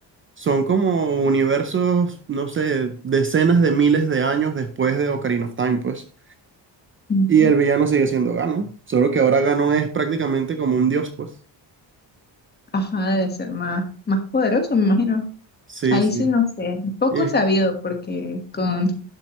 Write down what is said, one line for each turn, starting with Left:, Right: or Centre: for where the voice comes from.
Right: son como universos, no sé, decenas de miles de años después de Ocarina of Time, pues.
Left: Ujú.
Right: Y el villano sigue siendo Ganon, solo que ahora Ganon es prácticamente como un dios, pues.
Left: Ajá, debe ser más, más poderoso, me imagino.
Right: Sí,
Left: Ahí
Right: sí.
Left: sí no sé, poco
Right: Y es,
Left: sabido porque con